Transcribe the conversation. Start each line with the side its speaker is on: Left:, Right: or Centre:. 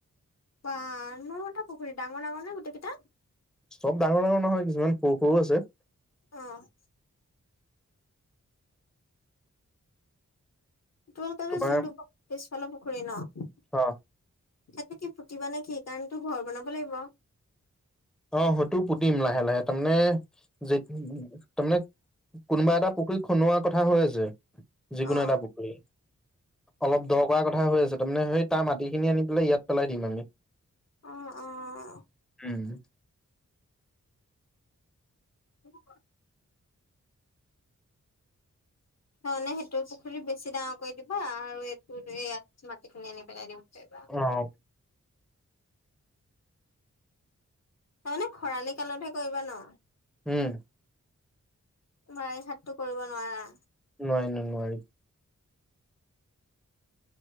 Left: বাহ নটা পুখুৰী ডাঙৰ-ডাঙৰ নে গোটেইকেইটা?
Centre: চব ডাঙৰ-ডাঙৰ নহয় কিছুমান সৰু-সৰু আছে।
Left: অ' তোমালোকৰ
Centre: তোমাৰ
Left: যে যোনটো পিছফালৰ পুখুৰী ন'
Centre: অ
Left: সেইটো কি পুতিবা নে কি কাৰণটো ঘৰ বনাব লাগিব।
Centre: অ' সেইটো পুতিম লাহে-লাহে তাৰমানে যে তাৰমানে কোনোবা এটা পুখুৰী খন্দোৱাৰ কথা হৈ আছে। যিকোনো
Left: অ
Centre: এটা পুখুৰী অলপ দ কৰাৰ কথা হৈ আছে তাৰমানে সেই, তাৰ মাটিখিনি আনি পেলাই ইয়াত পেলাই দিম আমি।
Left: অ', অ',
Centre: উম,
Left: ব <unintelligible> নহলে সেইটো পুখুৰী বেছি ডাঙৰ কৰি দিবা আৰু। <unintelligible> কি নেনে বেলাই দে উতিবা
Centre: অ',
Left: তাৰমানে খৰালি কালতহে কৰিবা ন।
Centre: উম,
Left: বাৰিষাত টো কৰিব নোৱাৰা।
Centre: নোৱাৰি-নোৱাৰি।